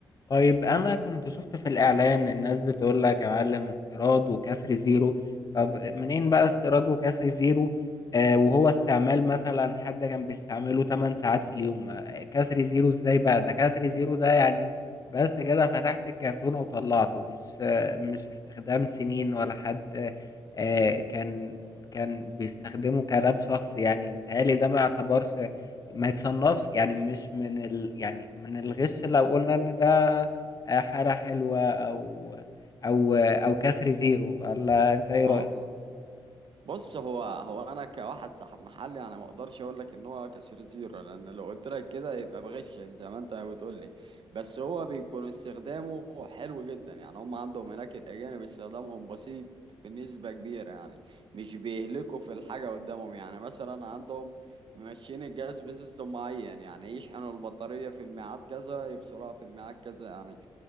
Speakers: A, on the left; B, on the right.
A: طيب انا كنت شفت في الاعلان الناس بتقول لك يا معلم استيراد وكسر زيرو طب منين بقى استيراد وكسر زيرو آه وهو استعمال مثلا حد كان بيستعمله 8 ساعات في اليوم آه كسر زيرو ازاي بقى ده كسر زيرو ده يعني بس كده فتحت الكرتونة وطلعته مش آه مش استخدام سنين ولا حد آه كان كان بيستخدمه كلاب شخص يعني بيتهيألي ده ما يعتبرش ما يتصنفش يعني مش من ال... يعني من الغش لو قلنا ان ده آه، حالة حلوة او او آه، او كسر زيرو ولا انت ايه
B: اه
A: رأيك
B: بص هو هو انا كواحد صاحب محلي انا ما اقدرش اقول لك ان هو كسر زيرو لان لو قلت لك كده يبقى بغشك زي ما انت بتقول لي بس هو بيكون استخدامه حلو جدا يعني هم عندهم هناك الاجانب استخدامهم بسيط بنسبة كبيرة يعني مش بيهلكوا في الحاجة قدامهم يعني مثلا عندهم ماشيين الجهاز بسيستم معين يعني يشحنوا البطارية في الميعاد كذا يفصلوها في الميعاد كذا يعني